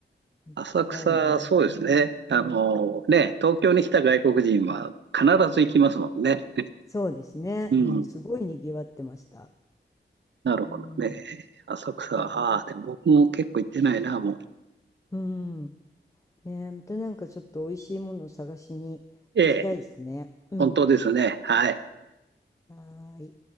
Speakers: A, on the left; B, on the right.
A: 行きたいな。
B: 浅草、そうですね。あの、ね、東京に来た外国人は必ず行きますもんね。
A: そうですね、
B: うん。
A: うん、すごいにぎわってました。
B: なるほどね。
A: うん、
B: 浅草、
A: ね、
B: ああ、でも僕も結構行ってないな、もう。
A: うん、ね、またなんかちょっと美味しいものを探しに行きたいですね。
B: ええ、
A: うん、
B: 本当ですね。はい。
A: はーい。